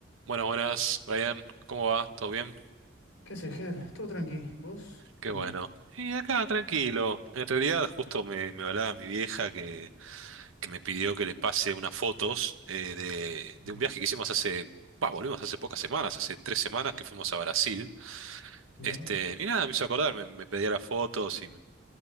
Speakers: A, on the right (about 75°); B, on the left (about 80°).
A: Bueno, buenas, Brian, ¿cómo va? ¿Todo bien?
B: ¿Qué haces, Ger? Todo tranqui. ¿Vos?
A: Qué
B: ¿Qué
A: bueno.
B: onda?
A: Y acá, tranquilo. En realidad, justo me, me hablaba mi vieja que, que me pidió que le pase unas fotos eh, de,
B: Ajá,
A: de un viaje que hicimos hace, pa, volvimos hace pocas semanas, hace tres semanas que fuimos a Brasil.
B: Mirá,
A: Este, y nada, me hizo acordar, me, me pedía las fotos y